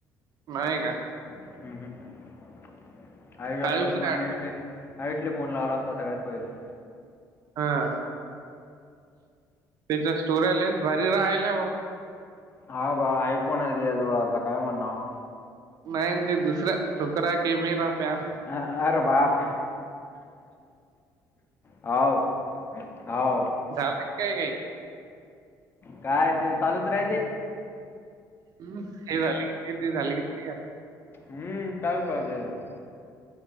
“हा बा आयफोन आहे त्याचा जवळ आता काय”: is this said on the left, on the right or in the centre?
Left